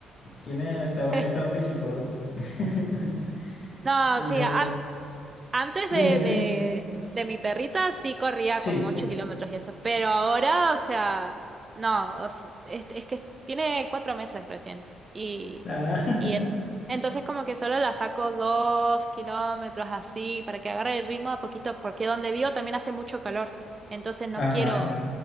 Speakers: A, on the left; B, on the right.
A: tiene hasta buen
B: <laughs>
A: estado físico. <laughs>
B: No,
A: Sí,
B: sí,
A: yo,
B: antes Antes de,
A: dime, dime.
B: de, de mi perrita sí corría
A: sí.
B: como 8 kilómetros y eso, pero ahora, o sea, no, o se- es, es que tiene cuatro meses recién y,
A: Ah,
B: y en- entonces como que solo la saco dos kilómetros así para que agarre el ritmo a poquito, porque donde vivo también hace mucho calor, entonces no
A: <laughs> Ajá.
B: quiero,